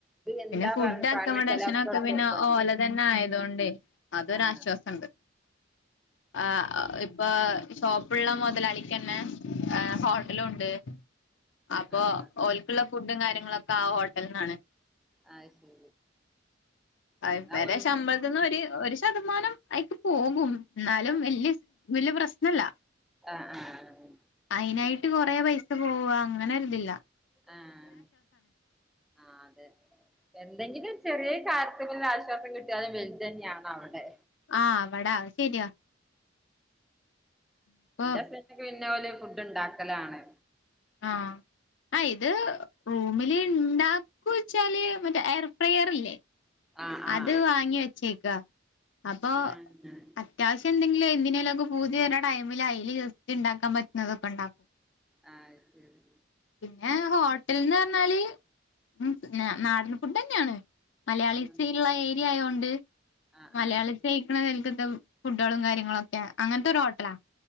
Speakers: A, in the centre; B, on the left.
A: എന്താ
B: പിന്നെ ഫുഡ്
A: പറ
B: അക്കോമഡേഷൻ
A: പണിച്ചാല്
B: ഒക്കെ പിന്നെ
A: എടുത്തൊടുക്കേണ്ടി
B: ഓലതെന്നെ
A: വരും
B: ആയതോണ്ടെ അതൊരാശ്വാസണ്ട്
A: ആഹ്
B: ആഹ് ഇപ് ഇപ്പൊ ഷോപ്പുള്ള മൊതലാളിക്കെന്നെ ഏഹ്ഹോട്ടലും ഉണ്ട് അപ്പൊ
A: ആഹ്
B: ഓൽക്കുള്ള ഫുഡും കാര്യങ്ങളൊക്കെ ആ ഹോട്ടൽന്നാണ്
A: അത് ശരി
B: അ
A: അങ്ങനാവുമ്പോ
B: ഇവരെ
A: പിന്നെ
B: ശമ്പളത്തിന്ന് ഒരു ഒരു ശതമാനം അയിക്ക് പോകും എന്നാലും
A: ആഹ്
B: വല്യ വല്യ പ്രശ്നല്ല
A: ആഹ് ആഹ്
B: അയിനായിട്ട് കൊറെ പൈസ പോവാ അങ്ങനൊരുതില്ല
A: ആഹ് ആഹ് അതെ എന്തെങ്കിലും ചെറിയ കാര്യത്തിമേല് ആശ്വാസം കിട്ടിയാലും വെലുതന്നെയാണ് അവിടെ
B: ആഹ് അവിടാ അത് ശരിയാ ഇപ്പൊ
A: ഇന്റെ ഹസ്ബൻഡൊക്കെ പിന്നെ ഓല് ഫുഡ് ഇണ്ടാക്കലാണ്
B: ആഹ് ആ ഇത് റൂമില് ഇണ്ടാ ച്ചാല് മറ്റേ എയർ ഫ്രയർ ഇല്ലേ?
A: ആഹ് ആഹ്
B: അത് വാങ്ങി വെച്ചേക്കാ അപ്പൊ അത്
A: ആഹ്
B: അത്യാവശ്യന്തെങ്കിലും എന്തിനേലൊക്കെ പൂതി വരുന്ന ടൈമില് അയില് ജസ്റ്റ് ഇണ്ടാക്കാൻ പറ്റുന്നതൊക്കെ ഇണ്ടാക്കും
A: ആഹ് അത് ശരി
B: പിന്നെ ഹോട്ടൽന്ന് പറഞ്ഞാല് ഉം ന്നെ നാടൻ ഫുഡെന്നെയാണ് മലയാളീസ്
A: ആഹ്
B: സ് ഇള്ള ഏരിയ ആയോണ്ട്
A: ആഹ്
B: മലയാളീസ്
A: ആഹ്
B: കയിക്കണ <unintelligible> ഫുഡാളും കാര്യങ്ങളൊക്കെ ആഹ് അങ്ങൻത്തൊരു ഹോട്ടലാ